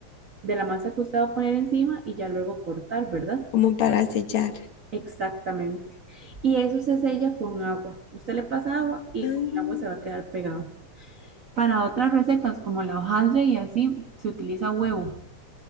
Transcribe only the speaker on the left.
Como para sellar.
Ah,